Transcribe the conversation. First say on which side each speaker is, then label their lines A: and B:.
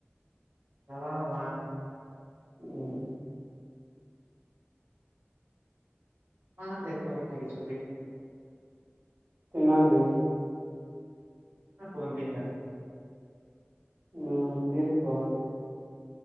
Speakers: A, on the right; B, on the right.
A: ᱪᱟᱞᱟᱣ ᱞᱮᱱᱟᱹᱧ᱾
B: ᱦᱮᱸ
A: ᱱᱟᱦᱟᱸᱜ ᱞᱮ ᱠᱚ ᱫᱤᱱ ᱞᱟᱹᱜᱤᱫ ᱪᱷᱩᱴᱤ
B: ᱛᱤᱱᱟᱹᱜ ᱫᱤᱱ
A: ᱦᱮᱸ ᱯᱳᱱ ᱫᱤᱱ ᱞᱮᱠᱟ
B: ᱦᱚᱸ ᱛᱤᱥ ᱠᱷᱚᱱ